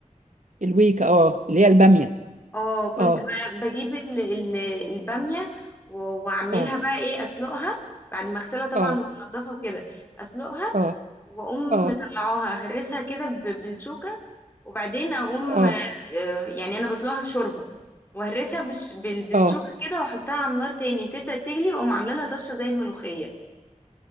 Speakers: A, on the right; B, on the left.
A: الويكا اه اللي هي الباميه
B: اه كنت
A: اه
B: ب... بجيب ال... ال... الباميه و... واعملها
A: اه
B: بقى ايه اسلقها بعد ما اغسلها طبعا
A: اه
B: وانضفها وكده اسلقها
A: اه
B: واقوم
A: اه
B: مطلعاها اهرسها كده ب- بالشوكه وبعدين اقوم
A: اه
B: آه، آه، يعني انا بسلقها في شوربه واهرسها بالش- بال- بالشوكه
A: اه
B: كده واحطها على النار تاني تبدا تغلي واقوم عامله لها طشه زي الملوخيه